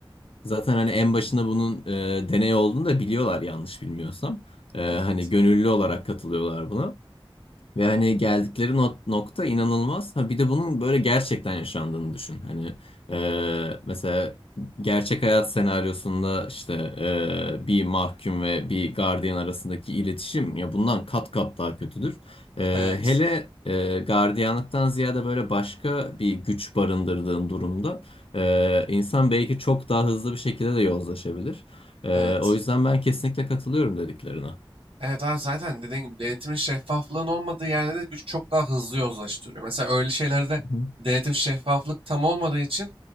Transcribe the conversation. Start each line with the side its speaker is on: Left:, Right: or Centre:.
Left: zaten hani en başında bunun e, deney olduğunu da biliyorlar yanlış bilmiyorsam. E, hani
Right: evet,
Left: gönüllü olarak katılıyorlar buna. Yani geldikleri not, nokta inanılmaz. Ha, bir de bunun böyle gerçekten yaşandığını düşün. Hani e, mesela gerçek hayat senaryosunda işte e, bir mahkum ve bir gardiyan arasındaki iletişim ya bundan kat kat daha kötüdür. E,
Right: evet,
Left: hele e, gardiyanlıktan ziyade böyle başka bir güç barındırdığın durumda e, insan belki çok daha hızlı bir şekilde de yozlaşabilir. E,
Right: evet.
Left: o yüzden ben kesinlikle katılıyorum dediklerine. Hı
Right: Evet abi zaten dediğim gibi denetimin şeffaflığın olmadığı yerlerde güç çok daha hızlı yozlaştırıyor. Mesela öyle şeylerde
Left: hı,
Right: denetim şeffaflık tam olmadığı için